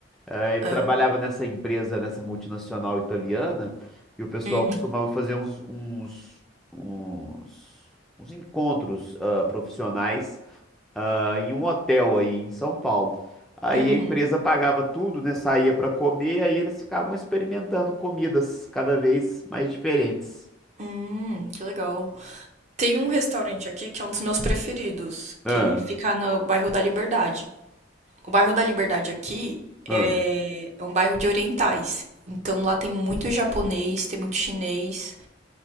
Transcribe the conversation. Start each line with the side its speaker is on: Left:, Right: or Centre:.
Centre: É, ele
Right: É.
Centre: trabalhava nessa empresa, nessa multinacional italiana, e o pessoal
Right: Uhum,
Centre: costumava fazer uns, uns, uns, uns encontros ah, profissionais ah, em um hotel aí em São Paulo. Aí
Right: uhum.
Centre: a empresa pagava tudo, né? Saía para comer, aí eles ficavam experimentando comidas cada vez mais diferentes.
Right: Hum, que legal. Tem um restaurante aqui que é um dos meus preferidos,
Centre: Ah,
Right: que fica no bairro da Liberdade. O bairro da Liberdade aqui
Centre: ah,
Right: é, é um bairro de orientais. Então lá tem muito japonês, tem muito chinês,